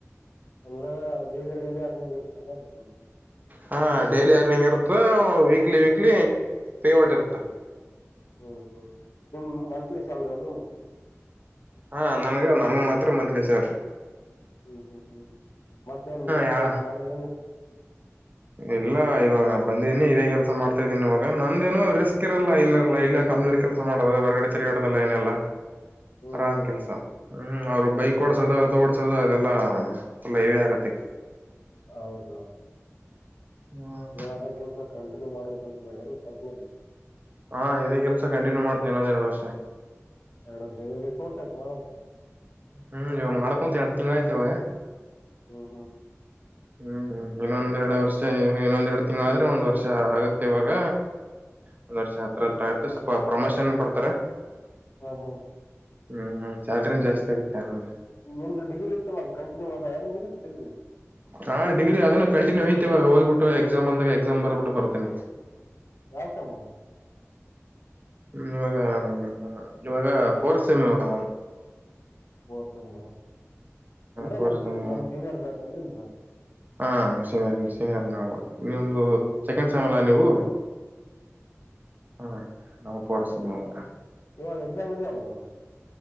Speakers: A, on the left; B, on the right.
A: ಅಂದ್ರೆ ಡೈಲಿ ಡೈಲಿ ಅರ್ನಿಂಗ್ ಇರುತ್ತೆ ಅದಕ
B: ಹಾ ಡೈಲಿ ಅರ್ನಿಂಗ್ ಇರುತ್ತೆ ವೀಕ್ಲಿ ವೀಕ್ಲಿ ಪೇಮೆಂಟ್ ಇರುತ್ತ
A: ಹ್ಮ್ ಹ್ಮ್ ನಿಮ್ ಮಂತ್ಲಿ ಸ್ಯಾಲ್ರಿ ಅಲ್ಲ ನಿಮ್ಗೆ
B: ಹಾ ನನಗ ನನಗ್ ಮಾತ್ರ ಮಂತ್ಲಿ ಸ್ಯಾಲರಿ
A: ಹ್ಮ್ ಹ್ಮ್ ಹ್ಮ್ ಮತ್ತೇನ್ ಬೇರೆ
B: ಯಾ
A: ಕೆಲಸ ಮಾಡಿಯೆನ್ ಏನಷ್ಟು
B: ಇಲ್ಲ ಇವಾಗ ಬಂದ್ದೀನಿ ಇದೇ ಕೆಲಸ ಮಾಡ್ತಾ ಇದ್ದೀನಿ ಇವಾಗ ನಂದೇನೋ ರಿಸ್ಕ್ ಇರಲ್ಲ ಇನ್ ಏನೋ ಇಲ್ಲಿ ಕಂಪನಿಯಲ್ಲಿ ಕೆಲಸ ಮಾಡೋದು ಹೊರಗಡೆ ತೀರಗಡೆದೆಲ್ಲ ಏನಿಲ್ಲ
A: ಹ್ಮ್
B: ಆರಾಮ್
A: ಹ್ಮ್
B: ಕೆಲಸ ಹ್ಮ್ ಅವ್ರು ಬೈಕ್
A: ಹ
B: ಓಡ್ಸೋದು ಅದು ಓಡ್ಸೋದು ಆದೆಲ್ಲ ಪುಲ್ ಹೆವಿ ಆಗುತ್ತೆ
A: ಹೌದ..
B: ಹ್ಮ್
A: ಇವಾಗ ಅದೇ ಕೆಲಸ ಕಂಟಿನ್ಯೂ ಮಾಡ್ಬೇಕ್ ಕಂಪನಿ ಕಂಪನಿಲ್ಲಿ
B: ಹಾ ಇದೇ ಕೆಲಸ ಕಂಟಿನ್ಯೂ ಮಾಡ್ತೀನಿ ಇನ್ನೊಂದು ಎರಡು ವರ್ಷ
A: ಎರಡ್ ವರ್ಷ ಇವಾಗ ಎಷ್ಟು ವರ್ಷ <unintelligible>
B: ಹ್ಮ್ ಇವಾಗ ಮಾಡಕೊಂತೆ ಹತ್ತು ಆಯ್ತವೆ
A: ಹ್ಮ ಹ್ಮ್
B: ಹ್ಮ್ ಇನ್ನೊಂದೆರಡು ವರ್ಷ ಏನೋ ಇನ್ನೊಂದೆರಡು ತಿಂಗಳ ಆದ್ರೆ ಒಂದ್ ವರ್ಷ ಆಗತ್ತೆ ಇವಾಗ ಒಂದ್ ವರ್ಷ ಹತ್ರ
A: ನಿ-
B: ಹತ್ರ ಆಯತ್ ಸ್ವಲ್ಪ ಪ್ರಮೋಷನ್ ಕೊಡ್ತಾರೆ.
A: ಹ್ಮ ಹಾ
B: ಹ್ಮ್ ಹ್ಮ್ ಸ್ಯಾಲ್ರಿನ ಜಾಸ್ತಿ
A: ಹ್
B: ಆಗುತ್ತೆ ಆಮೇಲೆ
A: ನಿಂದ್ ಡಿಗ್ರಿ ಇತ್ತಲ್ಲ ಅದು ಕಂಟಿನ್ಯೂ ಆದ ಮುಗಿತ್ತ್ ಡಿಗ್ರಿ
B: ಹ ಡಿಗ್ರಿ ಅದನ್ನೆ ಕಂಟಿನ್ಯೂ ಐತಿ ಇವಾಗ ಹೋಗ್ಬಿಟ್ಟು ಎಕ್ಸಾಮ್ ಬಂದಾಗ ಎಕ್ಸಾಮ್ ಬರ್ಬಿಟ್ಟು ಬರ್ತಿನಿ.
A: ಯಾವ್ ಸೇಮ್
B: ಹ್ಮ್ ಇವಾಗ ಇವಾಗ ಪೋರ್ಸ್ ಸೇಮ್ ಇವಾಗ ಅವನ್
A: ಪೋರ್ ಸೇಮ ಅಂದ್ರೆ
B: ಫೋರ್ತ್
A: ನಮ್
B: ಸೆಮ್
A: ಸಿ ನಮ್ ಸೀನಿಯರ್ ಬ್ಯಾಚ್ ಏನ್ ನಿಮ್ದು
B: ಹಾ ಸೀನಿಯರ್ ಸೀನಿಯರ್ ನಾವು ನಿಮ್ದು
A: ಹ್ಮ್
B: ಸೆಕೆಂಡ್ ಸೇಮಲ್ಲ ನೀವು ಹಾ ನಾವು ಫೋರ್ತ್ ಸೆಮ್
A: ಹ
B: ಇವಾಗ
A: ಇವಾಗ ಎಕ್ಸಾಮ್ ಇದ್ದೀಯಾ ಇವಾಗ